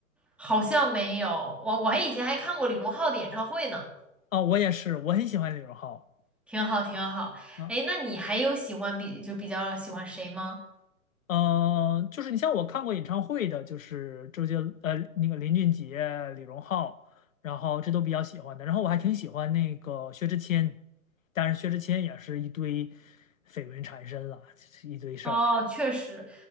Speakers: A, in the centre; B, on the left (about 65°).
A: 好像没有，我我还以前还看过李荣浩的演唱会呢。
B: 啊，我也是，我很喜欢李荣浩。
A: 挺好，挺好。
B: 啊。
A: 哎，那你还有喜欢比就比较喜欢谁吗？
B: 嗯，呃就是你像我看过演唱会的，就是周杰，呃，那个林俊杰、李荣浩，然后这都比较喜欢的。然后我还挺喜欢那个薛之谦，但是薛之谦也是一堆绯闻缠身了，就是一堆事儿
A: 哦，确实，